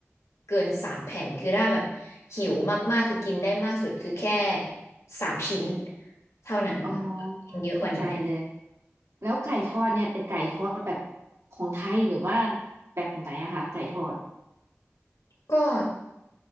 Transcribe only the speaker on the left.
เกินสามแผ่นคือถ้าแบบหิวมากๆคือกินได้มากสุดคือแค่สามชิ้นเท่านั้นครับกินเยอะกว่านี้ไม่ได้
ก็